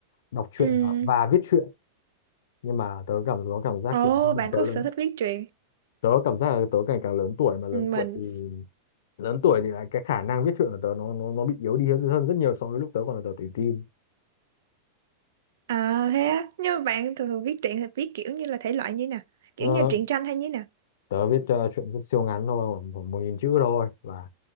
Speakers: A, on the left; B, on the right.
A: đọc truyện
B: ừ
A: và, và viết truyện nhưng mà tớ cảm có cảm giác
B: ồ
A: kiểu bây giờ
B: bạn
A: tớ
B: có sở
A: lớn
B: thích viết truyện
A: tớ cảm giác là tớ ngày càng lớn tuổi mà lớn
B: Ừ, mình
A: tuổi thì lớn tuổi thì là cái khả năng viết truyện của tớ nó nó nó bị yếu đi hơn rất nhiều so với lúc tớ còn là tớ tuổi teen
B: à thế á nhưng mà bạn thường thường viết truyện thì viết kiểu như là thể loại như nè
A: ờ,
B: kiểu như truyện tranh hay như nè
A: tớ viết ờ, truyện rất siêu ngắn thôi khoảng khoảng một nghìn chữ thôi và